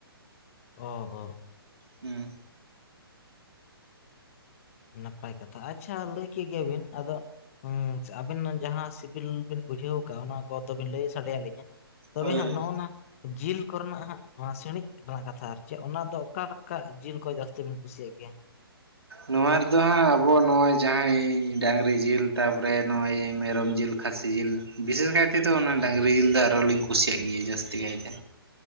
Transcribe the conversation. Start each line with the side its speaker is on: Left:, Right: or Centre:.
Left: ᱚ ᱚ ᱚ
Right: ᱦᱩᱸ
Left: ᱱᱟᱯᱟᱭ ᱠᱟᱛᱷᱟ ᱟᱪᱪᱷᱟ ᱞᱟᱹᱭ ᱠᱮᱜ ᱜᱮᱭᱟ ᱵᱤᱱ ᱟᱫᱚ ᱦᱩᱸ ᱟᱵᱤᱱ ᱡᱟᱦᱟᱸ ᱥᱤᱵᱤᱞ ᱵᱤᱱ ᱵᱩᱡᱷᱟᱹᱣ ᱣᱟᱠᱟᱜ-ᱟ ᱚᱱᱟ ᱠᱚᱫᱚᱵᱤᱱ ᱞᱟᱹᱭ ᱥᱟᱰᱮ ᱭᱟᱹᱞᱤᱧᱟ ᱛᱚᱵᱮ
Right: ᱦᱳᱭ
Left: ᱦᱟᱸᱜ
Right: ᱦᱳᱭ
Left: ᱱᱚᱜᱽᱚᱱᱟ ᱡᱤᱞ ᱠᱚᱨᱮᱱᱟᱜ ᱦᱟᱸᱜ ᱥᱤᱬᱤᱡ ᱨᱮᱱᱟᱜ ᱠᱟᱛᱷᱟ ᱟᱨ ᱪᱮᱫ ᱚᱱᱟ ᱫᱚ ᱚᱠᱟ ᱠᱟᱜ ᱡᱤᱞ ᱠᱚ ᱡᱟᱹᱥᱛᱤ ᱵᱤᱱ ᱠᱩᱥᱤᱭᱟᱜ ᱜᱮᱭᱟ
Right: ᱱᱚᱣᱟ ᱨᱮᱫᱚ ᱦᱟᱸᱜ ᱟᱵᱚ ᱱᱚᱜᱼᱚᱭ ᱡᱟᱦᱟᱸᱭ ᱰᱟᱝᱨᱤ ᱡᱤᱞ ᱛᱟᱯᱚᱨᱮ ᱱᱚᱜᱼᱚᱭ ᱢᱮᱨᱚᱢ ᱡᱤᱞ ᱠᱷᱟᱹᱥᱤ ᱡᱤᱞ ᱵᱤᱥᱮᱥ ᱠᱟᱭ ᱛᱮᱫᱚ ᱚᱱᱟ ᱰᱟᱝᱨᱤ ᱡᱤᱞ ᱫᱚ ᱟᱨᱚᱞᱤᱧ ᱠᱩᱥᱤᱭᱟᱜ ᱜᱮᱭᱟ ᱡᱟᱹᱥᱛᱤ ᱠᱟᱭᱛᱮ